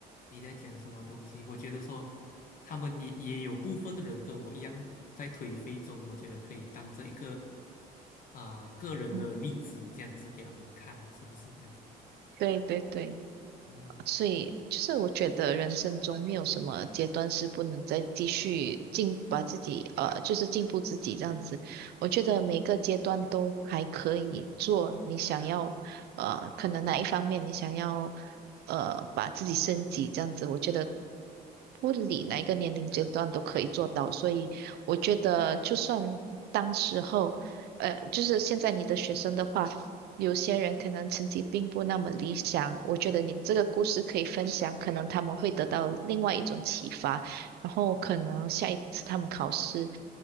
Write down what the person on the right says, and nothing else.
嗯，
对对对。
所以就是我觉得人生中没有什么阶段是不能再继续进，把自己呃就是进步自己这样子。我觉得每个阶段都还可以做你想要呃可能哪一方面你想要呃把自己升级这样子，我觉得不理哪一个年龄阶段都可以做到。所以我觉得就算当时候呃就是现在你的学生的话。有些人可能成绩并不那么理想，我觉得你这个故事可以分享，可能他们会得到另外一种启发，然后可能下一次他们考试